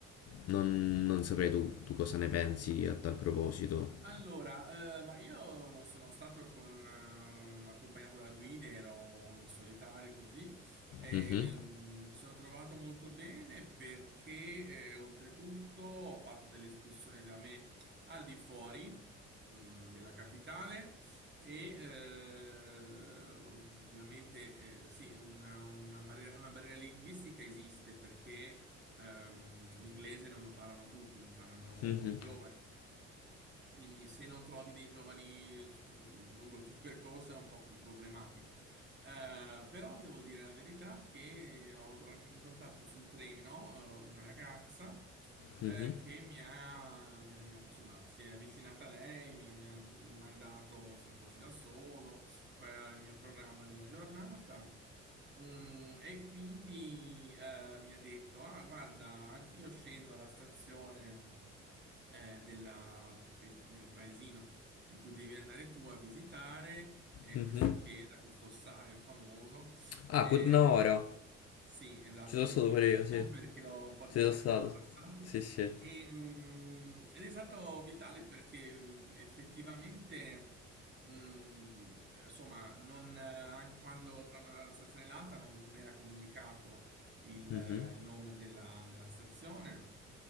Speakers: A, on the left (about 45°); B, on the right (about 30°).
A: non, non saprei tu, tu cosa ne pensi a tal proposito.
B: Allora, eh, ma io non sono stato con, ehm, accompagnato da guide, ero in solitario così, e,
A: Mhm.
B: ehm, mi sono trovato molto bene perché eh, oltretutto ho fatto delle escursioni da me al di fuori, mm, della capitale e eh, ov- ovviamente eh, sì, una, una barriera, una barriera linguistica esiste perché ehm, l'inglese non lo parlano tutti, lo parlano
A: Mhm,
B: i giovani quindi se non trovi dei giovani s- lungo il tuo percorso è un po' più problematico. Eh, però devo dire la verità che ho tra- incontrato sul treno, eh, una ragazza, eh,
A: mhm,
B: che mi ha, mi ha- mi ha- insomma, si è avvicinata a lei, mi ha, mi ha domandato se fossi da solo, qual era il mio programma della giornata. Mm, e quindi eh, mi ha detto: Ah, guarda, anche io scendo alla stazione eh, della- pe- nel paesino in cui devi andare tu a visitare eh,
A: mhm.
B: questa chiesa, questo ossario famoso.
A: Ah,
B: Eh,
A: Kutnaora.
B: sì, esatto,
A: Ci sono
B: non
A: stato
B: mi veniva
A: pure
B: il
A: io, sì.
B: nome <laughs> perché l'ho- un po' di
A: Ci sono
B: anni
A: stato.
B: sono passati.
A: Sì, sì.
B: E, mm, ed è stato vitale perché effettivamente. Mm, eh, insomma, non, eh, anche quando tra una stazione e l'altra non era comunicato il,
A: Mhm,
B: eh, il nome della, della stazione